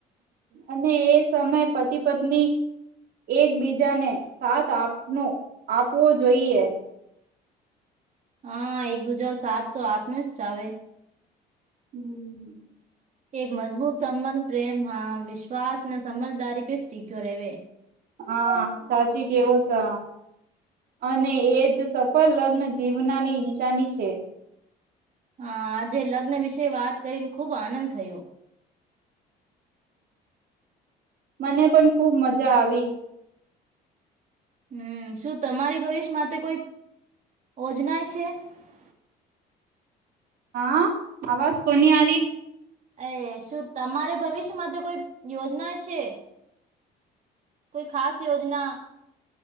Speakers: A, on the right; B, on the right.
A: અને એ સમયે પતિ પત્ની એકબીજાને સાથ આપ આપવો જોઈએ.
B: હા એક દુજા સાથ તો આપને જ ચાવે
A: હમ.
B: એક મજબૂત સંબંધ પ્રેમ હ વિશ્વાસ ના સમજદારી પ સ્ટીક્યો રેવે
A: હા સાચી કેવો છે અને એ જ સફળ લગ્ન જીવનાની નિશાની છે
B: હ આજે લગ્ન વિશે વાત કરીને ખૂબ આનંદ થયો
A: મને પણ ખૂબ મજા આવી
B: હમ શું તમારી ભવિષ્ય માટે કોઈ યોજના છે <unintelligible> <inaudible>
A: હા અવાજ કોની આ રરી
B: અરે શું તમારે ભવિષ્ય માટે કોઈ યોજના છે કોઈ ખાસ યોજના